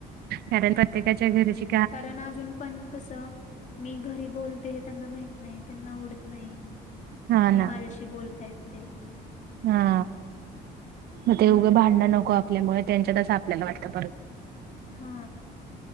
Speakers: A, on the right; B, on the left.
A: कारण प्रत्येकाच्या घरीची
B: कारण अजून पण कस मी घरी बोलते हे त्यांना माहीत नाही. त्यांना उवडत नाही.
A: हा
B: ते
A: ना
B: माझ्याशी बोलतायेत ते.
A: हा मग
B: म्हणून
A: ते उगं भांडणं नको आपल्यामुळे त्यांच्यातसं आपल्याला वाटतं परत,
B: हा.